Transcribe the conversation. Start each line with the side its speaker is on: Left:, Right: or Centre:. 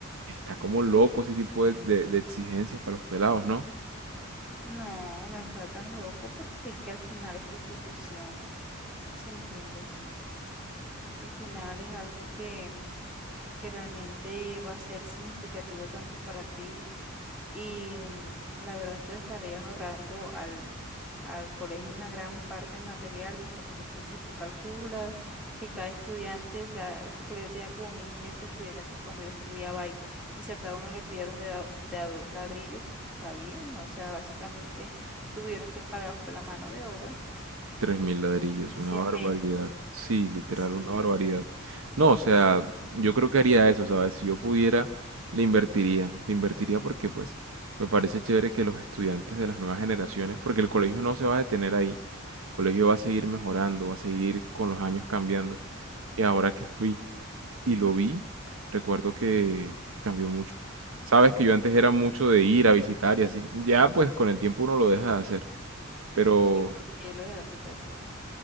Right: está como loco ese tipo de, de de exigencias para los pelados, ¿no?
Centre: No, no está tan loco porque es que al final esta institución, si entiendes, al final es algo que que realmente va a ser significativo tanto para ti y mm, la verdad es que le estarías ahorrando al, al colegio una gran parte en materiales, porque es que si tú calculas que cada estudiante, o sea, ese colegio tenía como 1.500 estudiantes cuando yo estudiaba ahí, y si a cada uno le pidieron de a, de a dos ladrillos, está bien, o sea, básicamente tuvieron que pagar fue la mano de obra
Right: Tres mil ladrillos,
Centre: y
Right: una
Centre: cemento,
Right: barbaridad. Sí, literal,
Centre: sí,
Right: una barbaridad. No, o sea, yo creo que haría eso, ¿sabes? Si yo pudiera, le invertiría. Le invertiría porque, pues, me parece chévere que los estudiantes de las nuevas generaciones, porque el colegio no se va a detener ahí. El colegio va a seguir mejorando, va a seguir con los años cambiando. Y ahora que fui y lo vi, recuerdo que, que cambió mucho. Sabes que yo antes era mucho de ir a visitar y así. Ya, pues, con el tiempo uno lo deja de hacer.
Centre: <clears throat>
Right: Pero
Centre: <laughs> ¿y por qué lo dejaste de hacer?